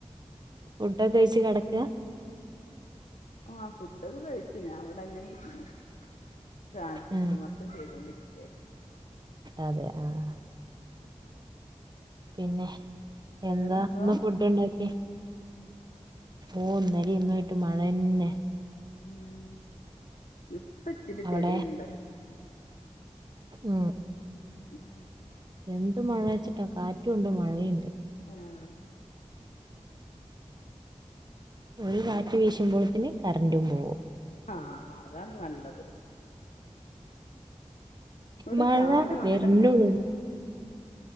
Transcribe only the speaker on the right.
ഫുഡൊക്കെ കഴിച്ച് കിടക്ക?
ഉം
അതെ ആഹ് പിന്നെ എന്താ
ഇന്ന് ഫുഡ് ഉണ്ടാക്കി ഓ ഇന്നലെയും ഇന്ന് ആയിട്ട് മഴന്നെ
അവിടെ
ഉ
എന്ത് മഴ വെച്ചിട്ടാ കാറ്റും ഉണ്ട് മഴയുണ്ട്.
ഒരു കാറ്റ് വീശുമ്പോഴത്തിന് കറണ്ടും പോകും.
മഴ
വെരുന്നൊള്ളൂ